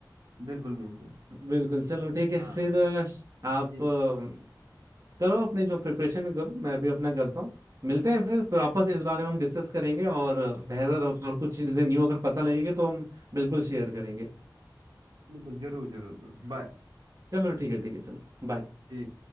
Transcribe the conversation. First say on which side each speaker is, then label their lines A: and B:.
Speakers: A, on the right (about 70°); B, on the right (about 45°).
A: बिल्कुल बिल्कुल
B: बिल्कुल चलो ठीक है
A: हाँ
B: फिर अ, आप
A: ठीक
B: अ, करो अपने जो प्रिपरेशन करो मैं भी अपना करता हूँ मिलते हैं फिर फिर वापस इस बारे में हम डिस्कस करेंगे और अ, बेहतर और और कुछ चीजें न्यू अगर पता लगेगी तो हम बिल्कुल शेयर करेंगे
A: बिल्कुल जरूर जरूर जरूर बाय
B: चलो ठीक है ठीक है चलो बाय
A: ठीक